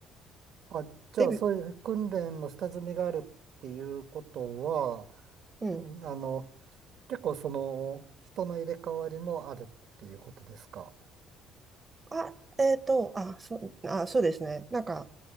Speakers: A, on the right; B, on the right.
A: あ、じゃあ、
B: デビュー、
A: そういう訓練の下積みがあるっていうことは、
B: うん。
A: うんあの、結構その、人の入れ替わりもあるっていうことですか。
B: あ、えっと、あ、そう、あ、そうですね。なんか、